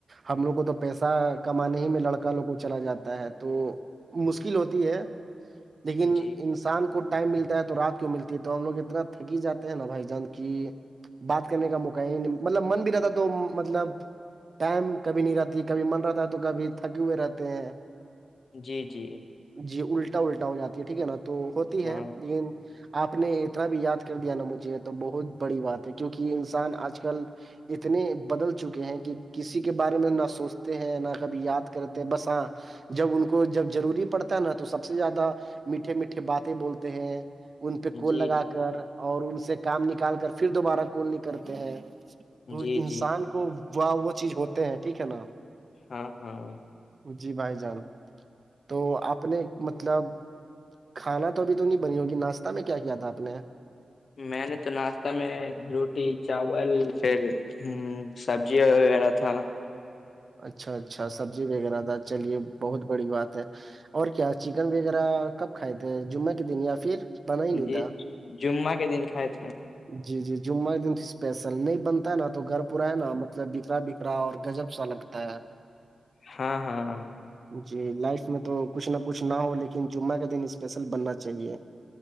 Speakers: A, on the right (about 45°); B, on the left (about 70°).
A: ہم لوگ کو تو پیسہ کمانے ہی میں لڑکا لوگ کو چلا جاتا ہے تو مشکل ہوتی ہے لیکن
B: جی
A: انسان کو ٹائم ملتا ہے تو رات کو ملتی ہے تو ہم لوگ اتنا تھکی جاتے ہیں نا بھائی جانند کہ بات کرنے کا موقع ہی مطلب من بھی رہتا تو مطلب ٹائم کبھی نہیں رہتی ہے کبھی من رہتا ہے تو کبھی تھکے ہوئے رہتے ہیں
B: جی جی
A: جی الٹا الٹا ہو جاتی ہے ٹھیک ہے نا تو ہوتی
B: ہاں
A: ہے لیکن آپ نے اتنا بھی یاد کر دیا نا مجھے تو بہت بڑی بات ہے کیونکہ انسان آج کل اتنے بدل چکے ہیں کہ کسی کے بارے میں نہ سوچتے ہیں نہ کبھی یاد کرتے ہیں بس ہاں جب ان کو جب ضروری پڑتا ہے نا تو سب سے زیادہ میٹھے میٹھے باتیں بولتے ہیں ان پہ کول
B: جی
A: لگا
B: جی
A: کر اور ان سے کام نکال کر پھر دوبارہ کول نکلتے ہیں تو
B: جی
A: انسان
B: جی
A: کو و وہ چیز ہوتے ہیں ٹھیک ہے نا
B: ہاں ہاں
A: جی بھائی جان تو آپ نے مطلب کھانا تو ابھی تو نہیں بنی ہوگی ناشتہ میں کیا کیا تھا آپ نے
B: میں نے تو ناشتہ میں روٹی چاول پھر ہوں سبزی وغیرہ تھا
A: اچھا اچھا سبزی وغیرہ تھا چلیے بہت بڑی بات ہے اور کیا چکن وغیرہ کب کھائے تھ ہیں جمعہ کے دن یا پھر بنا ہی نہیں
B: جی
A: تھا
B: جمعہ کے دن کھائے تھے
A: جی جی جمعہ ایک دم اسپیشل نہیں بنتا ہے نا تو گھر پورا ہے نا مطلب بکھرا بکھ کا اور گجب سا لگتا ہے
B: ہاں ہاں ہاں
A: جی لائف میں تو کچھ نہ کچھ نہ ہو لیکن جمعہ کا دن اسپیشل بننا چاہیے